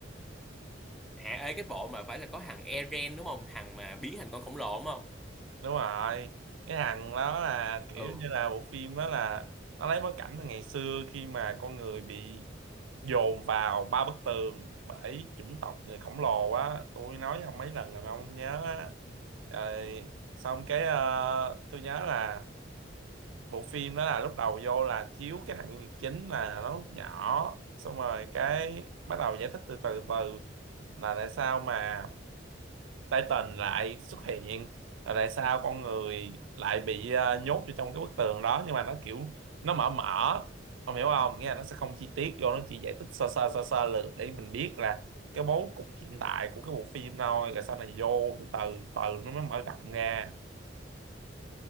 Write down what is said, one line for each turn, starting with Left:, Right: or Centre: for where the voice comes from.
Centre: À, ê, cái bộ mà phải là có thằng Eren đúng không? Thằng mà biến thành con khổng lồ đúng không?
Right: đúng rồi cái hàng đó là kiểu
Centre: Ừ.
Right: như là bộ phim đó là nó lấy bối cảnh là ngày xưa khi mà con người bị dồn vào ba bức tường bởi chủng tộc người khổng lồ á tôi nói với ông mấy lần rồi mà ông không nhớ á rồi xong cái ờ, tôi nhớ là bộ phim đó là lúc đầu vô là chiếu cái thằng nhân vật chính là nó lúc nhỏ xong rồi cái bắt đầu giải thích từ từ từ là tại sao mà Titan lại xuất hiện rồi tại sao con người lại bị ờ, nhốt vô trong cái bức tường đó nhưng mà nó kiểu nó mở mở ông hiểu không nghĩa là nó sẽ không chi tiết vô nó chỉ giải thích sơ sơ sơ sơ lược để mình biết là cái bố cục hiện tại của cái bộ phim thôi rồi sau này vô từ từ từ nó mới mở rộng ra